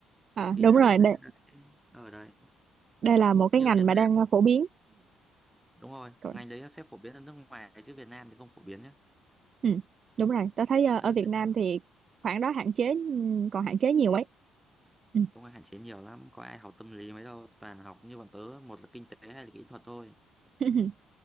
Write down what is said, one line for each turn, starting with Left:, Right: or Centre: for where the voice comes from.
Right: À,
Centre: ý
Right: đúng
Centre: là
Right: rồi,
Centre: bên
Right: đây,
Centre: đấy người ta sẽ ở đấy
Right: đây là một cái
Centre: như
Right: ngành
Centre: Việt
Right: mà
Centre: Nam
Right: đang ờ, phổ biến.
Centre: đúng rồi
Right: Ừ.
Centre: ngành đấy nó sẽ phổ biến ở nước ngoài chứ Việt Nam thì không phổ biến nhé
Right: Ừ, đúng rồi, tôi thấy ờ,
Centre: đấy
Right: ở Việt
Centre: Việt
Right: Nam
Centre: Nam
Right: thì khoảng đó hạn chế, ừ, còn hạn chế nhiều ấy. Ừ.
Centre: Công an hạn chế nhiều lắm, có ai học tâm lý mấy đâu, toàn học như bọn tớ, một là kinh tế hay là kỹ thuật thôi.
Right: <laughs>